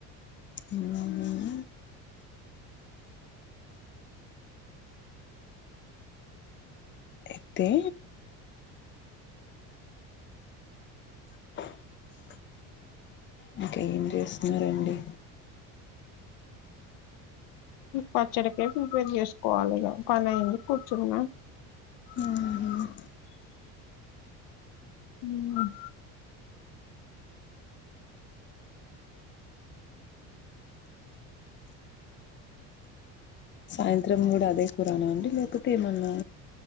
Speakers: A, on the left; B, on the left.
A: ఊమ్ ఐతే <inaudible> ఇంకా ఏం చేస్తున్నారండి
B: పచ్చడకే ప్రిపేర్ చేస్తు కోవాలిగా పని అయింది కూర్చున్నా
A: ఆ ఊమ్
B: <inaudible> ఊమ్
A: సాయంత్రం కూడా అదే కూరనా అండి లేకపోతే ఏమన్నా